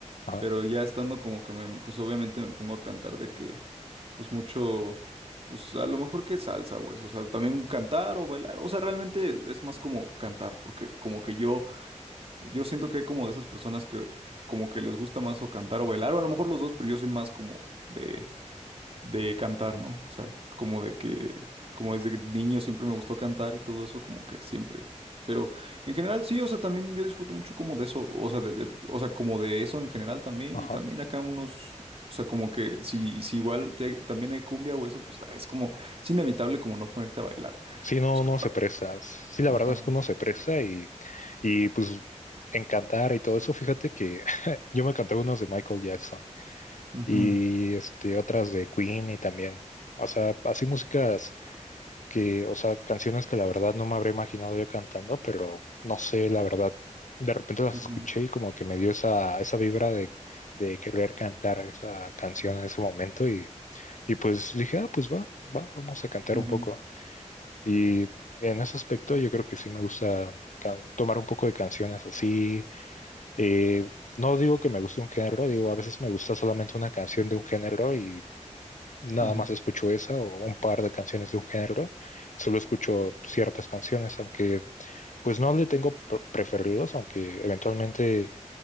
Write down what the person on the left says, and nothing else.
Ajá,
ajá.
Sí, no,
no se presta. Sí, la verdad
es que uno se presta y, y pues en cantar y todo eso, fíjate que <laughs> yo me canté unas de Michael Jackson
y este, otras de Queen y también. O sea, así músicas que, o sea, canciones que la verdad no me habría imaginado yo cantando, pero no sé, la verdad, de repente las
escuché y como que me dio esa, esa vibra de, de querer cantar esa canción en ese momento y, y pues dije, ah, pues va, va, vamos a cantar
un poco. Y en ese aspecto yo creo que sí me gusta ca- tomar un poco de canciones así. Eh, no digo que me guste un género, digo, a veces me gusta solamente una canción de un género y nada
más escucho esa o un par de canciones de un género. Solo escucho ciertas canciones, aunque pues no le tengo pre- preferidos, aunque eventualmente,